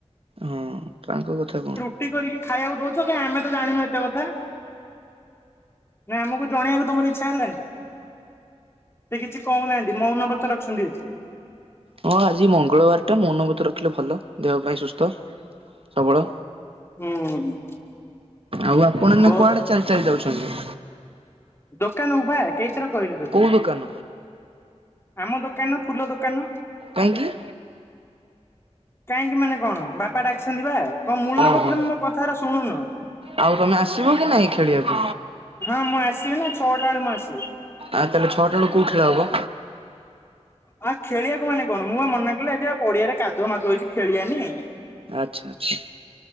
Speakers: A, on the right; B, on the left.
A: ହଁ ତାଙ୍କ କଥା କଣ?
B: ଟି କରିକି ଖାଇଆକୁ ଦଉଚ କାଇଁ ଆମେ ତ ଜାଣିନୁ ଏତେ କଥା। ନା ଆମୁକୁ ଜଣେଇଆକୁ ତମର ଇଚ୍ଛା ହେଲାନି। ସେ କିଛି କହୁନାହାଁନ୍ତି ମୌନବତ ରଖିସନ୍ତି ଆଜି।
A: ହଁ ଆଜି ମଙ୍ଗଳବାର ଟା ମୌନବତ ରଖିଲେ ଭଲ। ଦେହ ପାଇଁ ସୁସ୍ଥ ସବଳ
B: ହୁଁ
A: ଆଉ ଆ ପଣ ଏଇନା
B: ବହୁତ
A: କୁଆଡେ ଚାଲି ଚାଲି ଯାଉଛନ୍ତି?
B: ଦୋକାନୁକୁ ବା କେଇଥର କହିଲି ତତେ।
A: କୋଉ ଦୋକାନ
B: ଆମ ଦୋକାନ ଫୁଲ ଦୋକାନ।
A: କାହିଁକି?
B: କାହିଁକି ମାନେ କଣ ବାପା ଡାକିସନ୍ତି ବା। କଣ ମୂଳୁରୁ
A: ଓହୋ
B: ବୋଧ ହୁଏ ମୋ କଥା ଏରା ଶୁଣୁନ।
A: ଆଉ ତମେ ଆସିବ କି ନାଇଁ ଖେଳିବାକୁ
B: ହଁ ମୁଁ ଆସିବି ନା ଛଅଟା ବେଳେ ମୁଁ ଆସିବି।
A: ଆଉ ତାହେଲେ ଛଅଟା ବେଳୁକୁ କୋଉ ଖେଳ ହବ?
B: ଆ ଖେଳିଆକୁ ମାନେ କଣ ମୁଁ ବା ମନାକଲି ଆଜି ବା ପଡିଆରେ କା ଦୁଅ ମାଦୁଅ ହେଇଚି ଖେଳିଆନି।
A: ଆଛା ଆଚ୍ଛା